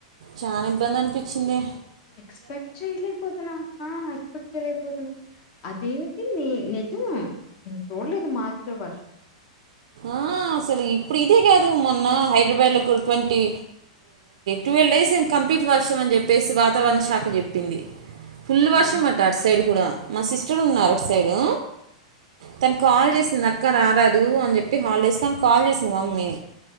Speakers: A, on the right; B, on the left.
A: చాలా ఇబ్బంది అనిపించిందే
B: ఎక్స్పెక్ట్ చేయలి పోతునా ఎక్స్పెక్ట్ చేయలేపోతున్నా అదేంటి నీ నిజం అసలు నేను చూడలేదు మార్చిన వర్షం
A: ఆ అసలు ఇప్పుడు ఇదే కాదు హైదరాబాద్ లో ట్వంటీ ట్వల్ డేస్ ఏమో కంప్లీట్ వర్షాం అని చెప్పేసి వాతావరణ శాఖ చెప్పింది ఫుల్ వాషం
B: అవును
A: అంట అటు సైడ్ కూడా మా సిస్టర్ ఉన్నారు అటు సైడు తను కాల్ <unintelligible> <unintelligible> రారదు అని చెప్ప చెప్పి హాలిడేస్కి కాల్ చేసింది మమ్మీని